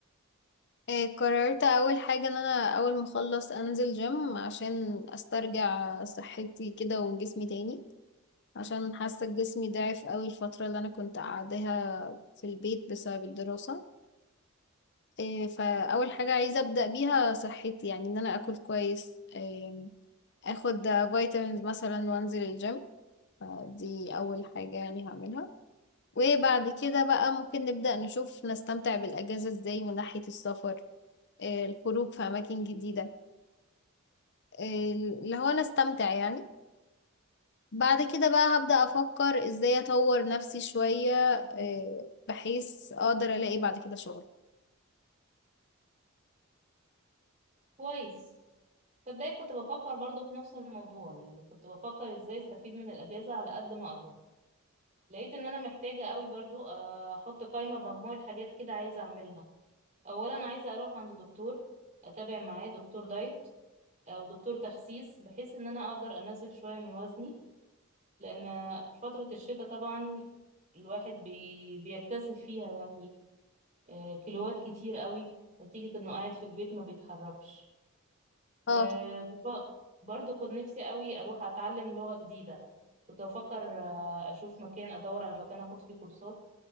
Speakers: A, on the left (about 55°); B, on the right (about 35°).
A: إيه قررت أول حاجة إن أنا أول ما أخلص أنزل جيم عشان أسترجع صحتي كده وجسمي تاني عشان حاسة جسمي ضعف أوي الفترة اللي أنا كنت قاعداها في البيت بسبب الدراسة إيه فأول حاجة عايزة أبدأ بيها صحتي يعني إن أنا أكل كويس إيه أخد فيتامينز مثلا وأنزل الجيم فدي أول حاجة يعني هعملها وبعد كده بقى ممكن نبدأ نشوف نستمتع بالأجازة ازاي من ناحية السفر آه، الخروج في أماكن جديدة آه، اللي هو نستمتع يعني بعد كده بقى هبدأ أفكر ازاي أطور نفسي شوية آه، بحيث أقدر ألاقي بعد كده شغل
B: كويس تصدقي كنت بفكر برضه في نفس الموضوع يعني كنت بفكر ازاي استفيد من الاجازة على قد ما اقدر لقيت ان انا محتاجة قوي برضو آه، احط قائمة بمجموعة حاجات كده عايزة اعملها اولا عايزة اروح عند دكتور اتابع معاه دكتور دايت او دكتور تخسيس بحيث ان انا اقدر انزل شوية من وزني لان في فترة الشتاء طبعا الواحد بي... بيكتسب فيها يعني آه، كيلوات كتير قوي نتيجة انه قاعد في البيت ما بيتحركش
A: اه
B: آه،
A: طب
B: بف- برضو كنت نفسي قوي اروح اتعلم لغة جديدة كنت بفكر آه، اشوف مكان ادور على مكان اخد فيه كورسات